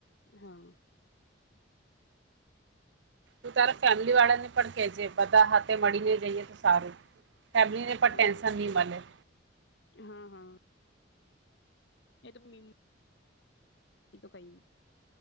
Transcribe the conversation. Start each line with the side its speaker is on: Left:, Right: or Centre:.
Left: હા.
Right: તું તારા ફેમિલી વાળા ને પણ કેજે, બધા હાથે મળીને જઈએ. સારું ફેમલી ને ટેન્શન
Left: હા
Right: ની મલે.
Left: હા હા એ તો મ એ તો કંઈ ન.